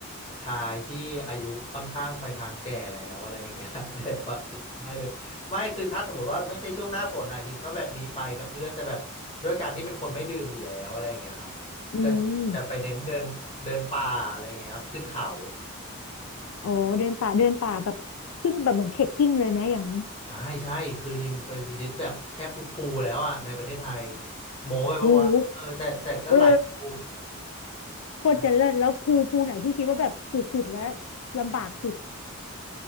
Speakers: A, on the left (about 25°); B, on the left (about 80°).
A: ชายที่อายุค่อนข้างไปทางแก่แล้วอะไรอย่างเงี้ย <laughs> แต่ความจริงไม่เลยไม่คือถ้าสมมติว่าไม่ใช่ช่วงหน้าฝนนะฮิมก็แบบมีไปกับเพื่อนแต่แบบด้วยการที่เป็นคนไม่ดื่มอยู่แล้วอะไรอย่างเงี้ยครับ
B: <laughs> อืม
A: ก็จะไปเน้นเดินเดินป่าอะไรอย่างเงี้ยครับขึ้นเขา
B: อ๋อเดินป่าเดินป่าแบบขึ้นแบบเหมือนเทรคกิ้งเลยไหมอย่างนั้น
A: ใช่ใช่คือยิมไปพิชิตแบบแทบทุกภูแล้วอ่ะในประเทศไทยโหมไปปะวะเออแต่แต่ก็หลายภู
B: โอ้โหเออ โคตรจะเลิศแล้วภูภูไหนที่คิดว่าแบบสุดๆแล้ว
A: ใช่
B: ลำบากสุด